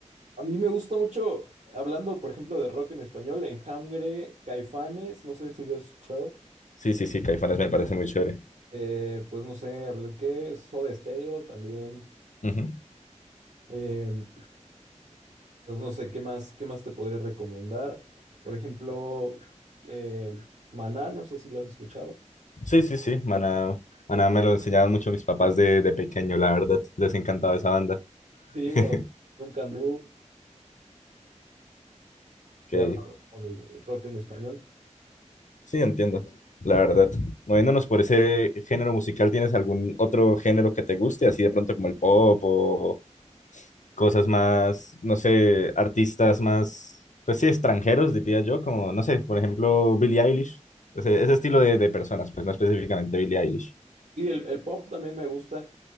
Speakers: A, on the right; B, on the left.
A: A mí me gusta mucho, hablando por ejemplo de rock en español, Enjambre, Caifanes, no sé si lo has escuchado,
B: Sí, sí, sí, Caifanes me parece muy chévere.
A: eh, pues no sé, hablé que Soda Stereo también,
B: Ujú.
A: eh, pues no sé qué más, qué más te podría recomendar, por ejemplo, eh, Maná, no sé si lo has escuchado,
B: Sí, sí, sí, Maná, Maná me lo enseñaban mucho mis papás de, de pequeño, la verdad. Les encantaba esa banda.
A: sí,
B: <laughs>
A: o Duncan Du,
B: Ok,
A: ya hablando como de rock en español.
B: sí, entiendo, la verdad. Moviéndonos por ese género musical, ¿tienes algún otro género que te guste, así de pronto como el pop o, cosas más, no sé, artistas más, pues sí, extranjeros, diría yo, como, no sé, por ejemplo, Billie Eilish, ese, ese estilo de, de personas, pues no específicamente Billie Eilish.
A: Sí, el, el pop también me gusta.